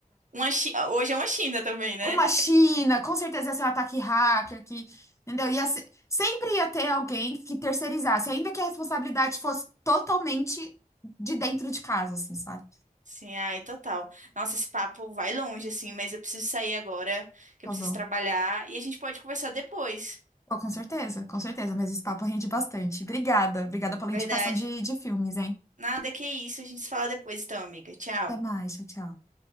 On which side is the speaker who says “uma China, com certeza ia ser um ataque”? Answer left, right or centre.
Left